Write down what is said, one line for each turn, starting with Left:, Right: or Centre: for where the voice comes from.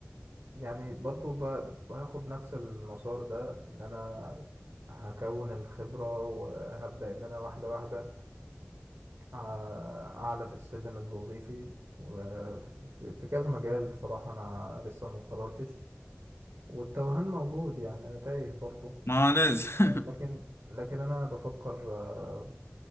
Right: يعني برضو ب- هاخد نفس المسار ده ان انا هكون الخبرة وهبدأ ان انا واحدة واحدة أع- اعلى في السلم الوظيفي وفي في في كذا مجال بصراحة انا لسه ما قررتش والتوهان موجود يعني انا تايه برضو
Left: ما لازم
Right: لكن
Left: <laughs>
Right: لكن انا بفكر آه،